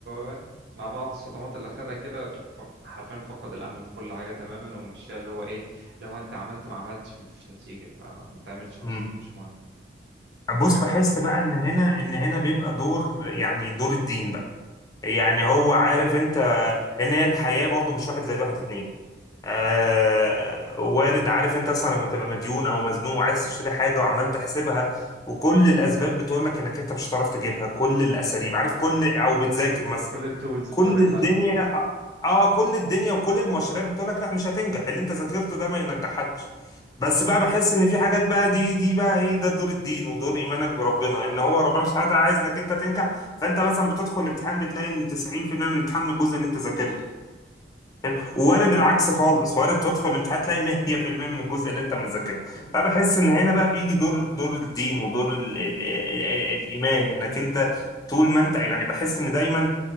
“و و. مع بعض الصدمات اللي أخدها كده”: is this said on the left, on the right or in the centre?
Right